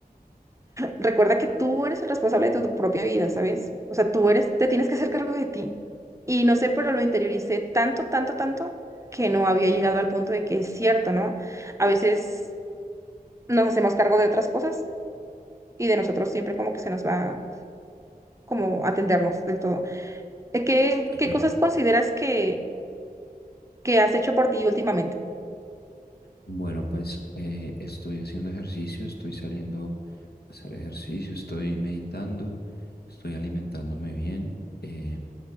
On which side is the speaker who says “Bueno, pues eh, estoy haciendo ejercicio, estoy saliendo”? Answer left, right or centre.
Left